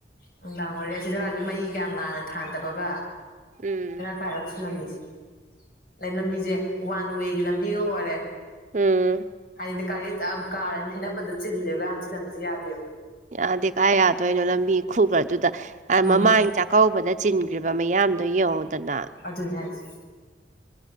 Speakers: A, on the left (about 50°); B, on the right (about 40°).
A: ꯅꯨꯡꯗꯥꯡ ꯑꯣꯏꯔꯦ ꯑꯁꯤ ꯖꯒꯥꯁꯦ ꯃꯩꯒ ꯌꯥꯝ ꯉꯥꯟꯅ ꯊꯥꯟꯗꯕꯒ
B: ꯎꯝ
A: ꯐꯔꯕ ꯁꯤ ꯂꯝꯕꯤꯁꯦ ꯑꯗꯩ ꯂꯝꯕꯤꯖꯦ ꯋꯥꯟ ꯋꯦꯒꯤ ꯂꯝꯕꯤꯒ ꯑꯣꯏꯔꯦ
B: ꯎꯝ
A: ꯍꯥꯏꯗꯤ ꯒꯥꯔꯤ ꯆꯥꯝ ꯀꯥꯔꯑꯅꯤ ꯊꯩꯅꯕꯗ ꯆꯤꯜꯂꯦꯕ ꯌꯥꯝ ꯁꯤꯂꯝꯕꯤꯁꯦ ꯌꯥꯗꯦꯕ
B: ꯌꯥꯗꯦ ꯀꯥꯏ ꯌꯥꯗꯣꯏꯅꯣ ꯂꯝꯕꯤ ꯈꯨꯈ꯭ꯔꯗꯨꯗ ꯑ
A: ꯎꯝ
B: ꯃꯃꯥꯡ ꯆꯥꯛ ꯀꯧꯕꯗ ꯆꯤꯟꯈ꯭ꯔꯤꯕ ꯃꯌꯥꯝꯗꯣ ꯌꯦꯡꯉꯨꯗꯅ
A: ꯑꯗꯨꯅꯦ ꯍꯥꯏꯁꯦ